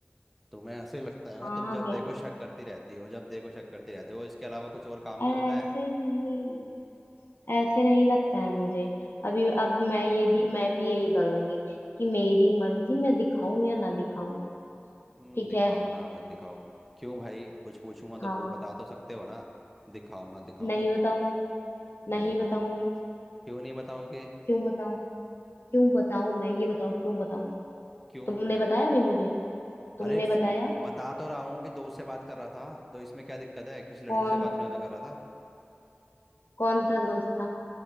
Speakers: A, in the centre; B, on the left.
A: तुम्हें ऐसे ही लगता है ना
B: हाँ
A: तुम
B: हाँ
A: जब
B: क्या
A: देखो शक करती रहती हो जब देखो शक करती रहती हो इसके अलावा कुछ और काम
B: ऐसे
A: भी होता है
B: नहीं ऐसे नहीं लगता है मुझे अभी अब मैं ये भी मैं भी यही करूंगी कि मेरी मर्जी मैं दिखाऊं या ना दिखाऊं
A: हम्म,
B: ठीक
A: दिखाओ
B: है
A: ना मत दिखाओ क्यों भाई कुछ पूछूंगा तो
B: हाँ
A: पू बता तो सकते हो ना दिखाओ ना दिखाऊं
B: नहीं बताऊंगी नहीं
A: नहीं पता
B: बताऊंगी
A: क्यों नहीं बताओगे
B: क्यों बताऊं क्यों बताऊं मैं ये बताओ क्यों बताऊं
A: क्यों
B: तुमने
A: हम्म,
B: बताया अभी मुझे तुमने
A: अरे फ-
B: बताया
A: बता तो रहा हूँ कि दोस्त से बात कर रहा था तो इसमें क्या दिक्कत है किसी लड़की
B: कौन
A: से बात थोड़ी ना कर रहा था
B: कौन सा दोस्त था